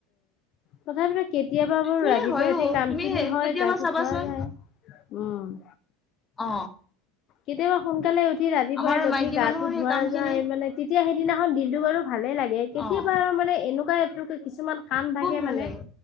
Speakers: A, on the left; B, on the left.
A: তথাপিটো। কেতিয়াবা বাৰু
B: একচুৱেলি
A: ৰাতিপুৱা
B: হয়ো
A: উঠি কাম
B: তুমি
A: খিনি হয়
B: কেতিয়াবা
A: গাটো
B: চাবাচোন
A: উঠোৱা যায়। উম
B: অ।
A: কেতিয়াবা সোনকালে। উঠি ৰাতিপুৱাই
B: আমাৰ
A: গঠি
B: মাইকী
A: গাটো
B: মানুহৰ সেই
A: ধোৱা
B: কাম
A: যাই
B: খিনি
A: মানে তেতিয়া সেইদিনাখন দিনটো কৰাৰো ভালে লাগে। কেতিয়াবা
B: অ
A: মানে এনেকুৱা। এইটো কিছুমান কাম থাকে
B: খুব ভাল
A: মানে
B: লাগে